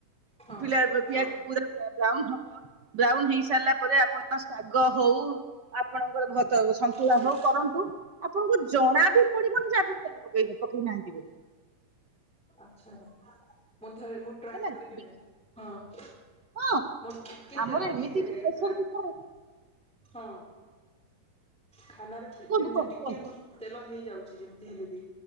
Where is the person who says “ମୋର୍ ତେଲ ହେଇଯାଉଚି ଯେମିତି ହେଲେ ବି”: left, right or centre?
Centre